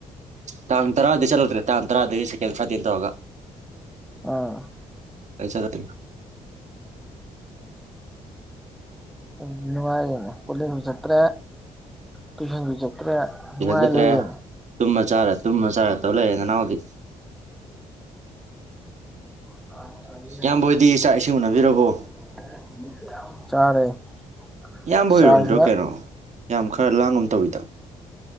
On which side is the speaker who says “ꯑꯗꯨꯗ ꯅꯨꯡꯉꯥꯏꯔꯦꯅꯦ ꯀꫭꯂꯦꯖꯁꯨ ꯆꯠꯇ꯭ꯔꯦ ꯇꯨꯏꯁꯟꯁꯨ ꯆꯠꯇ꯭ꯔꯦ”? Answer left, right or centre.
Centre